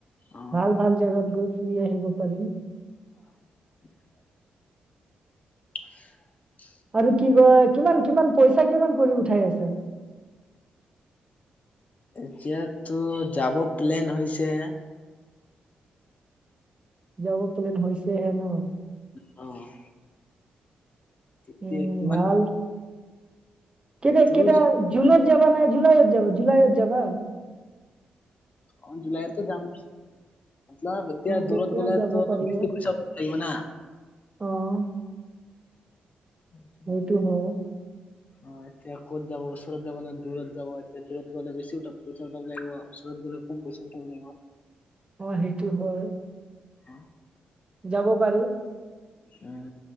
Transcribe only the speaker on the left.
অ।
<unintelligible> <unintelligible>
এতিয়াতো যাব প্লেন হৈছেহে।
অ'। তেতিয়া
কিমান
দূৰ
অ' জুলাইতে যাম। মতলব এতিয়া
দূৰত গ'লে
ত'
বেছি পইচা লাগিব না।
সেটো
ভালে।
অ' এতিয়া ক'ত যাব ওচৰত যাব নে, দূৰত যাব। এতিয়া, দূৰত গ'লে বেছি উঠ পইচা উঠাব লাগিব ওচৰত গ'লে কম পইচা গুটাব লাগিব।
হ।
উম।